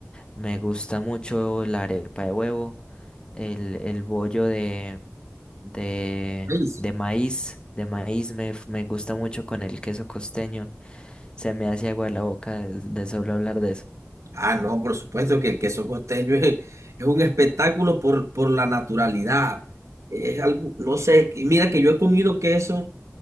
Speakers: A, on the left; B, on the right.
A: Me gusta mucho la arepa de huevo, el, el bollo de, de,
B: en el país.
A: de maíz, de maíz me, f- me gusta mucho con el queso costeño. Se me hace agua la boca de, de solo hablar de eso.
B: ah, no, por supuesto que el queso costeño es, es un espectáculo por, por la naturalidad. Es algo, no sé, y mira que yo he comido queso